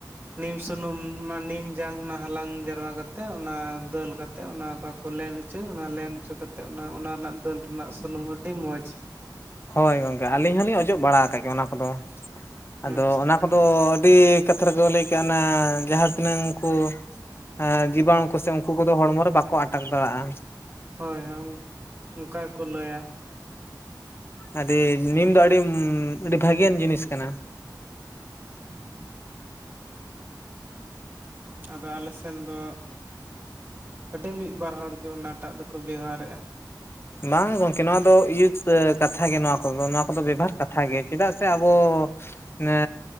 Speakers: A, on the right; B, on the left.
A: ᱱᱤᱢ ᱥᱩᱱᱩᱢ ᱚᱱᱟ ᱱᱤᱢ ᱡᱟᱝ ᱚᱱᱟ ᱦᱟᱞᱟᱝ ᱡᱟᱨᱣᱟ ᱠᱟᱛᱮᱜ ᱚᱱᱟ ᱫᱟᱹᱞ ᱠᱟᱛᱮᱜ ᱚᱱᱟ ᱚᱠᱟ ᱠᱚ ᱞᱮᱱ ᱦᱚᱪᱟᱹ ᱚᱱᱟ ᱞᱮᱱ ᱪᱚ ᱠᱟᱛᱮᱜ ᱚᱱᱟ ᱚᱱᱟ ᱨᱮᱱᱟᱜ ᱫᱟᱹᱞ ᱨᱮᱱᱟᱜ ᱥᱩᱱᱩᱢ ᱟᱹᱰᱤ ᱢᱚᱡᱽ᱾
B: ᱦᱳᱭ ᱜᱚᱝᱠᱮ ᱟᱹᱞᱤᱧ ᱦᱚᱞᱤᱧ ᱚᱡᱚᱜ ᱵᱟᱲᱟ ᱟᱠᱟᱜ ᱜᱮᱭᱟ ᱚᱱᱟ ᱠᱚᱦᱚ ᱟᱫᱚ
A: ᱟᱪᱪᱷᱟ
B: ᱚᱱᱟ ᱠᱚ ᱫᱚ ᱟᱹᱰᱤ ᱠᱟᱛᱷᱟ ᱨᱮᱠᱚ ᱞᱟᱹᱭ ᱠᱟᱜ ᱟᱱᱟ ᱡᱟᱦᱟᱸ ᱛᱤᱱᱟᱹᱝ ᱠᱩ ᱟ ᱡᱤᱵᱟᱱᱩ ᱠᱚᱥᱮ ᱩᱱᱠᱩ ᱠᱚᱫᱚ ᱦᱚᱲᱢᱚ ᱨᱮᱠᱚ ᱟᱠᱚ ᱟᱴᱟᱝ ᱵᱟᱲᱟᱜᱼᱟ᱾
A: ᱦᱳᱭ ᱦᱳᱭ ᱚᱱᱠᱟ ᱜᱮᱠᱚ ᱞᱟᱹᱭᱟ᱾
B: ᱟᱹᱰᱤ ᱱᱤᱢ ᱫᱚ ᱟᱹᱰᱤ ᱟᱹᱰᱤ ᱵᱷᱟᱜᱮᱭᱟᱱ ᱡᱤᱱᱤᱥ ᱠᱟᱱᱟ᱾
A: <inaudible> ᱟᱫᱚ ᱟᱞᱮ ᱥᱮᱱ ᱫᱚ ᱟᱹᱰᱤ ᱢᱤᱜ ᱵᱟᱨ ᱦᱚᱲ ᱜᱮ ᱚᱱᱟᱴᱟᱜ ᱫᱚᱠᱚ ᱵᱮᱣᱦᱟᱨᱮᱜᱼᱟ᱾
B: ᱵᱟᱝ ᱜᱚᱝᱠᱮ ᱱᱚᱣᱟ ᱫᱚ ᱤᱭᱟᱛ ᱥᱮ ᱠᱟᱛᱷᱟ ᱜᱮ ᱱᱚᱣᱟ ᱠᱚᱫᱚ ᱱᱚᱣᱟ ᱠᱚᱫᱚ ᱵᱮᱵᱦᱟᱨ ᱠᱟᱛᱷᱟ ᱜᱮ᱾ ᱪᱮᱫᱟᱜ ᱥᱮ ᱟᱵᱚ ᱢᱟᱱᱮ